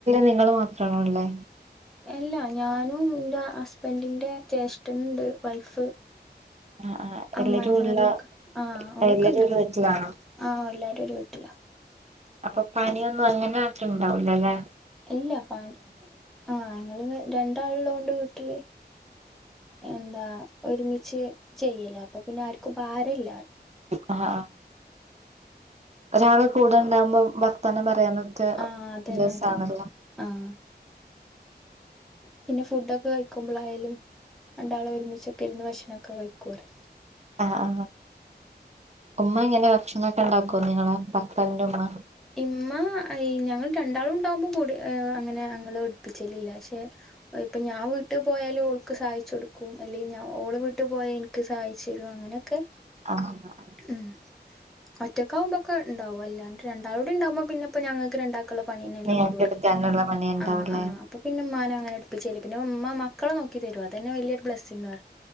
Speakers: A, on the right; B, in the centre.
A: നിങ്ങള് മാത്രമാണള്ളേ
B: അല്ലാ ഞാനും എന്റെ ഹസ്ബൻഡിന്റെ ജ്യേഷ്ഠന്ണ്ട് വൈഫ്
A: ആഹ് ആഹ്
B: അമ്മായിമ്മ
A: എല്ലരും ഉള്ള
B: ഓലൊക്കെ ആ ഓലൊക്കെ
A: എല്ലാരും
B: ഉണ്ട്
A: ഒരു വീട്ടിലാണോ
B: ആ എല്ലാരും ഒരു വീട്ടില
A: അപ്പൊ പണിയൊന്നും അങ്ങനെ അത്ര ഉണ്ടാവൂലല്ലേ
B: ഇല്ല പണി ആ ങ്ങള് രൺ ണ്ടാൾള്ള കൊണ്ട് വീട്ടില് എന്താ ഒരുമിച്ച് ചെയ്യ്ല അപ്പൊ പിന്നെ ആർക്കും ഭാരയില്ല
A: ആഹ് ആഹ് ഒരാള് കൂടെണ്ടാവുമ്പോ വർത്താനം പറയാനും റ്റേ
B: ആഹ് അതന്നെ
A: രസാണല്ലോ
B: അതന്നെ ആഹ് പിന്നെ ഫുഡൊക്കെ കഴിക്കുമ്പോളായാലും രണ്ടാളും ഒരുമിച്ചൊക്കെ ഇരുന്ന് ഭക്ഷണ വൊക്കെ കഴിക്കൂലെ
A: ആ ആ ഉമ്മ ഇങ്ങനെ ഭക്ഷണവൊക്കെ ണ്ടാക്കുവോ നിങ്ങളെ ഭത്താവിന്റെ ഉമ്മ
B: ഇമ്മ ഞങ്ങൾ രണ്ടാളും ഉണ്ടാവുമ്പോ കൂടി അങ്ങനെ അങ്ങളെ ഉഠിപ്പിച്ചലില്ല പക്ഷേ ഇപ്പൊ ഞാൻ വീട്ട് പോയാലും ഓൾക്ക് സഹായി ച്ചു കൊടുക്കും അല്ലെങ്കി ഞാൻ ഓളെ വീട്ട് പോയാ എനിക്ക് സഹായിച്ചു തരും അങ്ങനെയൊക്കെ
A: ആ അ
B: ഉം ഒറ്റക്കാവുമ്പോക്കെ ഇണ്ടാവും അല്ലാണ്ട് രണ്ടാള്ളൂടിണ്ടാവുമ്പോ പിന്നെ പ്പ ഞങ്ങക്ക് രണ്ടാക്കുള്ള പണീനല്ലെള്ളൂ
A: നിങ്ങൾക്ക്
B: റയും
A: എടുക്കാനുള്ള പണി ഉണ്ടാവൂലേ
B: ആ ആ അപ്പൊ പിന്നെ ഉമ്മാനെ അങ്ങനെ എടുപ്പിച്ചിലെ പിന്നെ ഉമ്മ മക്കളെ നോക്കി തരും അതന്നെ വലിയൊരു ബ്ലസ്സിങ്ങാ